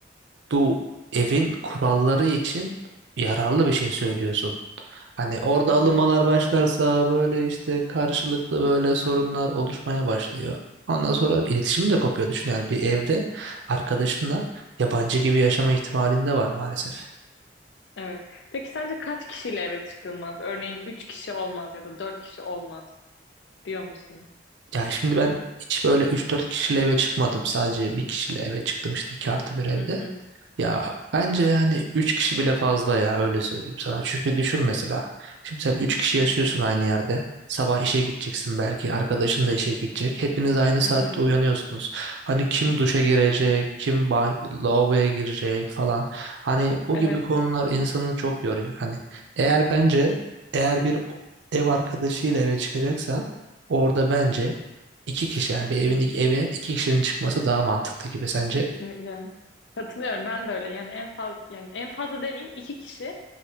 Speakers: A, on the right; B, on the left.
A: bu evin kuralları için yararlı bir şey söylüyorsun. Hani orada
B: hı hı,
A: alınmalar başlarsa böyle işte karşılıklı böyle sorunlar oluşmaya başlıyor. Ondan sonra iletişim de kopuyor. Düşün yani bir evde arkadaşınla yabancı gibi yaşama ihtimalinde var maalesef.
B: evet. Peki sence kaç kişiyle eve çıkılmaz? Örneğin 3 kişi olmaz ya da 4 kişi olmaz diyor musun?
A: Ya şimdi ben hiç böyle üç dört kişiyle eve çıkmadım. Sadece bir kişiyle eve çıktım işte 2 artı bir evde.
B: Hı hı,
A: Ya bence yani 3 kişi bile fazla ya öyle söyleyeyim sana. Çünkü düşün mesela. Şimdi sen 3 kişi yaşıyorsun aynı yerde. Sabah işe gideceksin belki. Arkadaşın da işe gidecek. Hepiniz aynı saatte
B: hı hı.
A: uyanıyorsunuz. Hani kim duşa girecek, kim bany lavaboya girecek falan. Hani bu
B: Evet,
A: gibi konular insanı çok yoruyor. Hani eğer bence eğer bir o- ev arkadaşıyla eve çıkacaksan orada bence iki kişi yani bir evin eve iki kişinin çıkması daha mantıklı gibi sence?
B: kesinlikle. Katılıyorum ben de öyle. Yani en fazla yani en fazla demeyeyim iki kişi